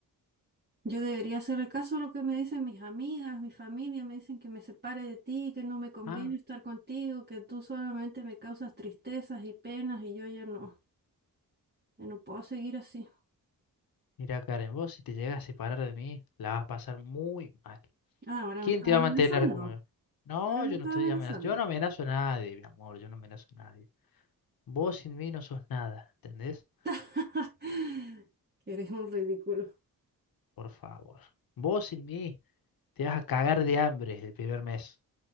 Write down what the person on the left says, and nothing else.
Ah,
mira, Karen, vos si te llegas a separar de mí, la vas a pasar muy mal.
¿Quién
te
va a mantener como yo? No,
yo
no estoy
amenazando. Yo no amenazo a nadie, mi amor. Yo no amenazo a nadie. Vos sin mí no sos nada, ¿entendés?
Por favor. Vos sin mí te vas a cagar de hambre el primer mes.